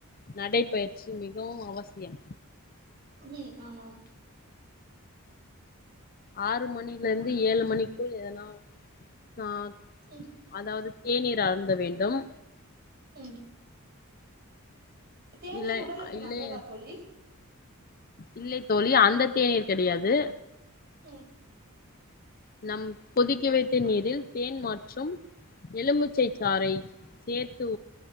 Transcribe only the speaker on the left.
நடைப்பயிற்சி மிகவும் அவசியம்
ஆறு மணில இருந்து ஏழு மணிக்குள் எதனா ஆ.
அதாவது தேநீர் அருந்த வேண்டும்.
இல்ல
இல்லை
இல்லை தோழி அந்த தேநீர் கிடையாது
நம் கொதிக்க வைத்த நீரில் தேன் மற்றும் எலுமிச்சை சாறை சேர்த்து